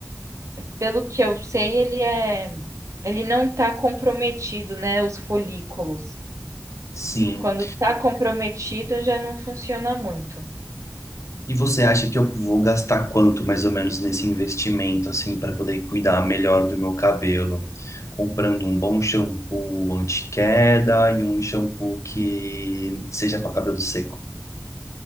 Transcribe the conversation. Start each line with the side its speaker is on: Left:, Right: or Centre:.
Right: pelo que eu sei, ele é ele não tá comprometido, né, os folículos.
Left: Sim.
Right: Quando tá comprometido, já não funciona muito.
Left: E você acha que eu vou gastar quanto mais ou menos nesse investimento assim para poder cuidar melhor do meu cabelo? Comprando um bom shampoo anti-queda e um shampoo que seja para cabelo seco.